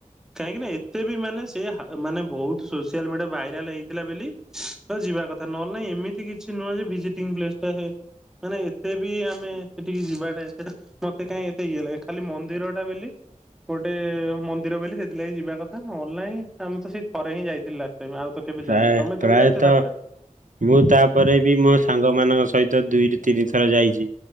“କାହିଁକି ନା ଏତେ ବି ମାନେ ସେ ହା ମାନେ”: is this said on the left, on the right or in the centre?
Centre